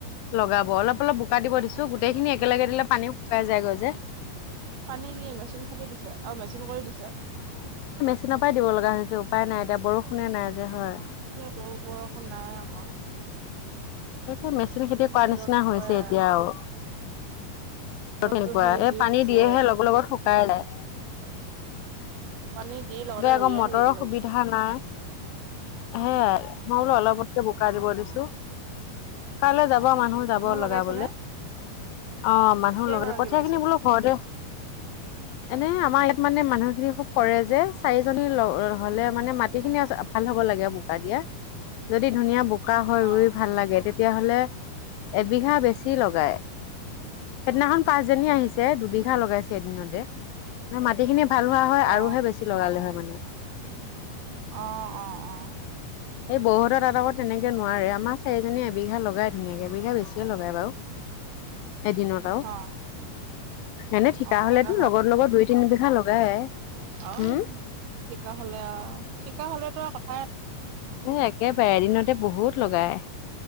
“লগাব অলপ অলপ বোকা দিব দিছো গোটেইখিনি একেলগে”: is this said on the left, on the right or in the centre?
Left